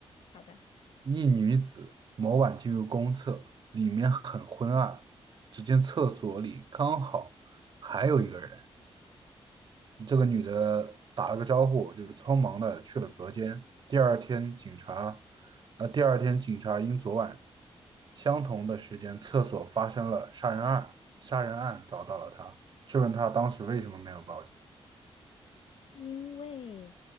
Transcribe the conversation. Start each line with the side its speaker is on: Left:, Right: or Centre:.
Left: 好的。
Right: 一女子某晚进入公厕，里面很昏暗，只见厕所里刚好还有一个人。这个女的打了个招呼，就匆忙的去了隔间。第二天，警察，呃，第二天警察因昨晚相同的时间厕所发生了杀人案，杀人案找到了她，质问她当时为什么没有报警。
Left: 因为，